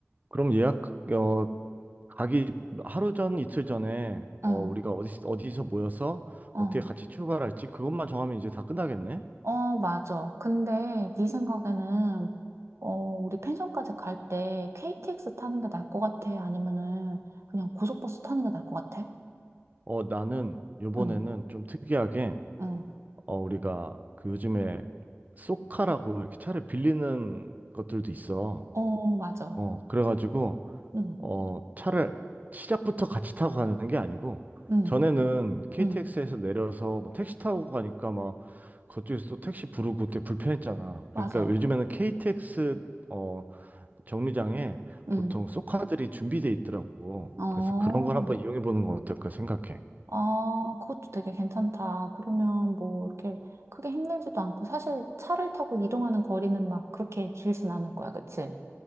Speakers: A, on the right (about 35°); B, on the right (about 70°).
A: 그럼 예약 어 가기 하루 전 이틀 전에 어
B: 응,
A: 우리가 어디 어디서 모여서
B: 어.
A: 어떻게 같이 출발할지 그것만 정하면 이제 다 끝나겠네.
B: 어, 맞아. 근데 네 생각에는 어, 우리 펜션까지 갈 때 KTX 타는 게 나을 것 같아? 아니면은 그냥 고속버스 타는 게 나을 것 같아?
A: 어, 나는 요번에는
B: 응,
A: 좀 특이하게,
B: 응.
A: 어, 우리가 그 요즘에 쏘카라고 이렇게 차를 빌리는 것들도 있어.
B: 어, 맞아.
A: 어, 그래가지고,
B: 응,
A: 어, 차를 시작부터 같이 타고 가는 게 아니고,
B: 응,
A: 전에는 KTX에서
B: 응.
A: 내려서 뭐 택시 타고 가니까 막 그쪽에서 또 택시 부르고 되게 불편했잖아. 그러니까
B: 맞아.
A: 요즘에는 KTX, 어, 정류장에
B: 응.
A: 보통 쏘카들이 준비돼 있더라고.
B: 어,
A: 그래서 그런 걸 한번 이용해 보는 건 어떨까 생각해.
B: 아, 그것도 되게 괜찮다. 그러면 뭐 이렇게 크게 힘들지도 않고 사실 차를 타고 이동하는 거리는 막 그렇게 길진 않을 거야, 그치?